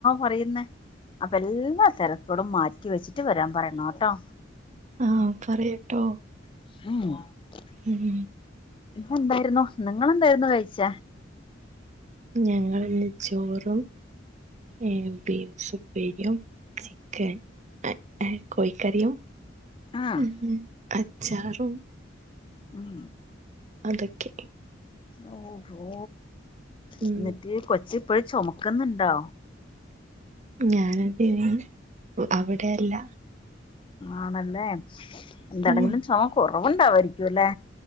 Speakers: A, on the left (about 25°); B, on the right (about 40°).
A: പറയുന്ന അപ്പെല്ലാ തെരക്കടും മാറ്റി വെച്ചിട്ട് വരാൻ പറയണംട്ടോ
B: ആഹ് പറയട്ടോ
A: <unintelligible>
B: ഉം
A: എന്തായിരുന്നു നിങ്ങളെന്തായിരുന്നു കഴിച്ച
B: ഞങ്ങളന്ന് ചോറും ഏ ബീൻസ് ഉപ്പേരിയും ചിക്കൻ എ ഏ കോഴിക്കറിയും
A: ആഹ്
B: ഉം അച്ചാറും
A: ഉം
B: അതക്കെ
A: ഓ ഓ
B: ഉം
A: എന്നിട്ട് കൊച്ച് ഇപ്പഴും ചൊമക്ക് ന്ന്ണ്ടോ
B: ഞാനതിന് അവിടെയല്ല
A: ആണല്ലേ എന്താണെങ്കിലും
B: ഉം
A: ചൊമക്കോ <unintelligible> വുണ്ടാവായിരിക്കും ല്ലേ